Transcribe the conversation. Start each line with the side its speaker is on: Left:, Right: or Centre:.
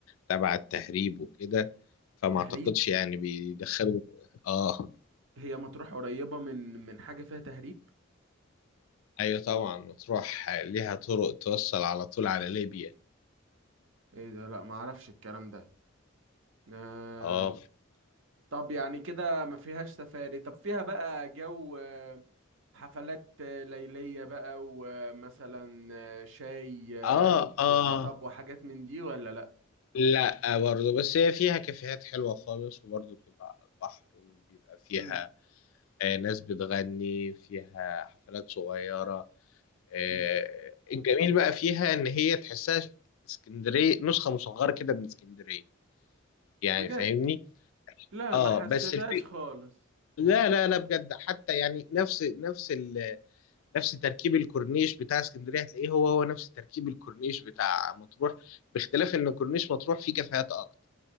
Left: تبع التهريب وكده فما
Right: تهريب
Left: اعتقدش يعني بيدخلوا اه
Right: هي مطروح قريبة من من حاجة فيها تهريب
Left: ايوه طبعا مطروح ليها طرق توصل على طول على ليبيا
Right: ايه ده لا ما اعرفش الكلام ده آه...
Left: اه
Right: طب يعني كده ما فيهاش سفاري طب فيها بقى جو آه، حفلات آه، ليلية بقى ومثلا آه، شاي آه،
Left: اه اه
Right: حطب وحاجات من دي ولا لا
Left: لا برضه بس هي فيها كافيهات حلوة خالص وبرضه بتبقى على البحر وبيبقى فيها
Right: مم.
Left: آه، ناس بتغني فيها حفلات صغيرة آه،
Right: مم.
Left: الجميل بقى فيها إن هي تحسها اسكندرية نسخة مصغرة كده من اسكندرية يعني
Right: بجد
Left: فاهمني؟
Right: لا
Left: اه
Right: ما حسيتهاش
Left: بس الفكرة
Right: خالص
Left: لا لا لا بجد حتى يعني نفس نفس ال... نفس تركيب الكورنيش بتاع اسكندرية هتلاقيه هو هو نفس تركيب الكورنيش بتاع مطروح باختلاف إن كورنيش مطروح فيه كافيهات أكتر